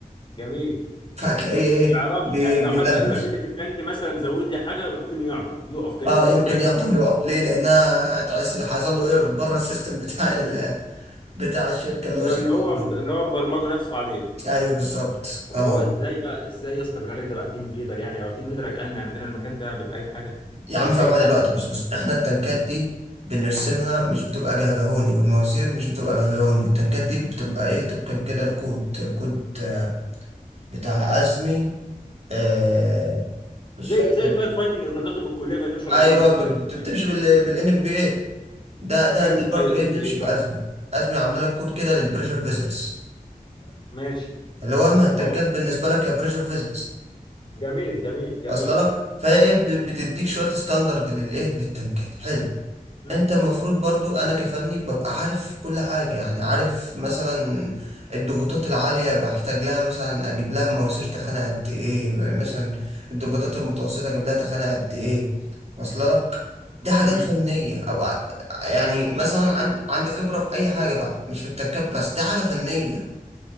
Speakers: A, on the left; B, on the right.
A: جميل
B: فهتلاقيه ايه
A: ما يعرفش
B: بي-
A: يعني لو
B: بيلبش
A: حد قال له اعمل لي في التانك مثلا زود لي حاجه ممكن يعطل يقف كانه
B: اه
A: نسي
B: يمكن
A: التانك
B: يعطل يقف ليه لانها تحس إن حصل له ايرور بره السيستم بتاع ال <laughs> بتاع الشركه اللي
A: اللي
B: هو شغال
A: هو اللي هو اللي
B: فيها
A: هو مبرمجه نفسه عليه
B: ايوه بالظبط
A: طب
B: اه
A: ما هو ازاي بقى ازاي يا اسطى بالله عليك ده بقى تيم ليدر يعني هو تيم ليدر يا جدعان عندنا المكان ده بيبقى اي حاجه
B: يا عم
A: مش
B: في
A: اي
B: ابعد
A: حد
B: الوقت
A: يا اسطى.
B: بص بص احنا التنكات دي بنرسمها مش بتبقى جهجهوني والمواسير مش بتبقى جهجهوني التنكات دي بتبقى ايه طبقا كده الكود كود آه، بتاع ازمي آه مش
A: زي
B: فاكر
A: زي الفاير فايتنج اللي كنا بناخده في الكليه كنا نمشي ورا
B: ايوه
A: كود
B: كنت
A: كده في الكليه
B: بتمشي بال بالان اف بي اي ده ده
A: حلو
B: ده برضه
A: ايوه ان
B: ايه بنمشي
A: بي اي صح
B: بازمي ازمي عامله لك كود كده للبريشر فيزلز
A: ماشي
B: اللي هو المهتجات
A: ضغوطات
B: بالنسبه لك يا بريشر فيزلز
A: جميل جميل جميل
B: اصل لك فهي ايه ب- بتديك شويه ستاندرد للايه للتنكات حلو
A: امم
B: انت المفروض برضو انا كفني ببقى عارف كل حاجه يعني عارف مثلا الضغوطات العاليه بحتاج لها مثلا اجيب لها مواسير تخانه قد ايه مثلا الضغوطات المتوسطه اجيب لها تخانه قد ايه واصل لك دي حاجات
A: امم
B: فنيه ابقى يعني مثلا عند عندي خبره في اي حاجه بقى مش في التنكات بس دي حاجه فنيه